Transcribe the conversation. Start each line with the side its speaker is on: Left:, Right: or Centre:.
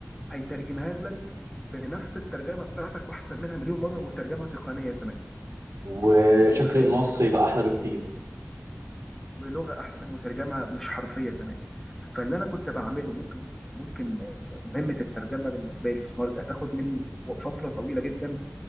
Centre: هيترجمها لك بنفس الترجمه بتاعتك واحسن منها مليون مره وترجمه تقنيه كمان
Right: وشكل
Centre: ده متخيل
Right: النص يبقى احلى بكتير
Centre: ولغه احسن وترجمه مش حرفيه كمان فاللي انا كنت بعمله ممكن ممكن آه، مهمه الترجمه بالنسبه لي في مرجع تاخد مني فتره طويله جدا